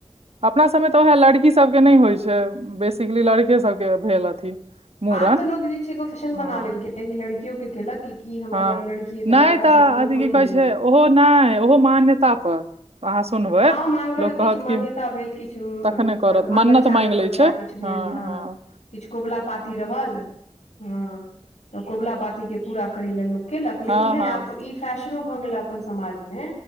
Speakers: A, on the right; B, on the left.
A: अपना सभमे तऽ उएह लड़की सभके नहि होइत छै, बेसिकली लड़का सभके भेल अथी। मूड़न
B: आब तऽ लोग जे छै, एगो फैशन
A: हँ
B: बना लेलकै, लड़कियो के केलक। की हमरा
A: हँ
B: लग लड़की अइ
A: नहि
B: तऽ लड़काँ कम
A: अथी
B: थोड़ी
A: की कहै छै
B: अइ।
A: ओहो नहि ओहो मान्यता पर। अहाँ सुनबै,
B: हँ माँग
A: लोक कहत
B: किछु मान्यता
A: कि
B: भेल किछु
A: तखने करत,
B: माँगल
A: मन्नत
B: चाँगल
A: माँगि लैत
B: बच्चा
A: छै।
B: किछु भेल
A: हँ ह
B: किछु कबुला पाती रहल हँ तऽ कबुला पातीके पूरा करै ल लोक केलक लेकिन
A: हँ
B: नहि
A: हँ
B: आब ई फैशनो भ गेल आय अपन समाज मे